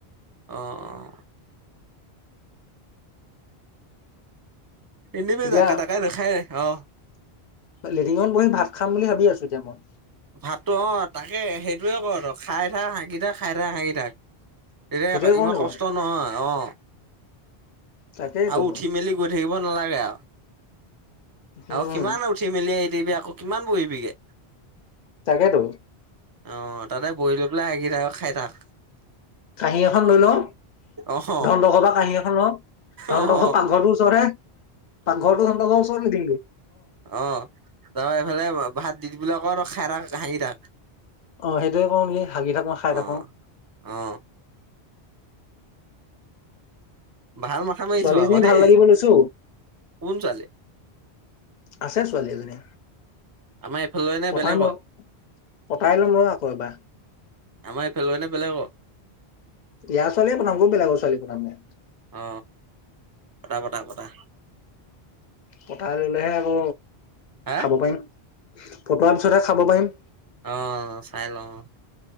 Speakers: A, on the right; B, on the left.
A: অঁ। এনেবি
B: এতিয়া
A: জাকে তাকে দেখাই নেথাঅ।
B: লেটিঙত বহি ভাত খাম বুলি ভাবি আছো এতিয়া মই।
A: ভাতটো অ তাকে! সেইটোৱে কৰ আৰু খাই খাই হাগি থাক খাই থাক হাগি থাক। এতিয়া
B: সেইটোৱে কওঁ
A: ইমান
B: নি
A: কষ্ট
B: বাৰু
A: নহয় অ
B: তাকেইতো
A: আৰু উঠি মেলি গৈ থাকিব। নালাগে আৰু আৰু
B: উম
A: কিমান উঠি মেলি। দিবি আকৌ কিমান বহিবিগে
B: তাকেতো
A: অ তাতে বহি লৈ পেলাই হাগি- খাই তাক।
B: কাঁহী এখন লৈ লওঁ।
A: অহ
B: ধন্দ ঘৰ পৰা কাঁহী এখন লও। ধন্দ
A: অহ
B: ঘৰ পাকঘৰটোৰ ওচৰতহে। পাকঘৰটো সিহঁতৰ ঘৰ ওচৰ লেটিনটো
A: অ তাপা এইফালে ভাত দি দিবিলে অ তই খাই থাক হাগি থাক।
B: অ সেইটোয়ে কৰো নেকি হাগি থাকো খাই
A: অ
B: থাকো।
A: অ ভাল মাথা মাৰিছ
B: ছোৱালীজনী
A: আকৌ দেই
B: ভাল লাগিব লৈছো।
A: কোন ছোৱালী
B: আছে ছোৱালী এজনী
A: আমাৰ এইফালৰে নে
B: পতাম
A: বেলেগৰ
B: ৰ পতাই লম ৰ আকৌ এবাৰ।
A: আমাৰ এইফালে নে বেলেগৰ
B: ইয়াৰ ছোৱালীয়ে পতাম ক বেলেগৰ ছোৱালী পতামনো।
A: অ পতা পতা পতা
B: পতাই ললেহে আকৌ
A: হা
B: খাব পাৰিম পটোৱাৰ পিছতহে খাব পাৰিম।
A: অ চাই লওঁ অ